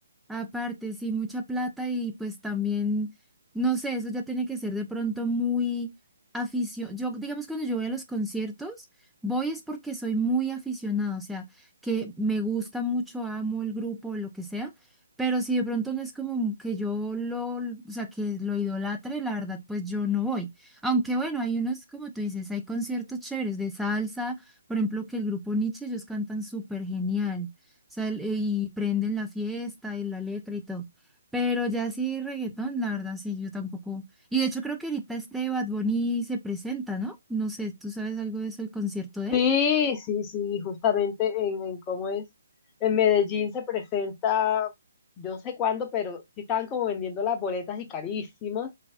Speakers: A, in the centre; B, on the left (about 20°).
A: Aparte, sí, mucha plata y pues también, no sé, eso ya tiene que ser de pronto muy afición. Yo, digamos, cuando yo voy a los conciertos, voy es porque soy muy aficionada, o sea, que me gusta mucho, amo el grupo, lo que sea, pero si de pronto no es como que yo lo, o sea, que lo idolatre, la verdad, pues yo no voy. Aunque bueno, hay unos, como tú dices, hay conciertos chéveres de salsa, por ejemplo, que el grupo Nietzsche, ellos cantan súper genial sea, el- y prenden la fiesta y la letra y todo. Pero ya sí, reggaetón, la verdad, sí, yo tampoco. Y de hecho creo que ahorita este Bad Bunny se presenta, ¿no? No sé, ¿tú sabes algo de eso, el concierto de
B: Sí,
A: él?
B: sí, sí, justamente en, en cómo es. En Medellín se presenta, yo no sé cuándo, pero sí estaban como vendiendo las boletas y carísimas,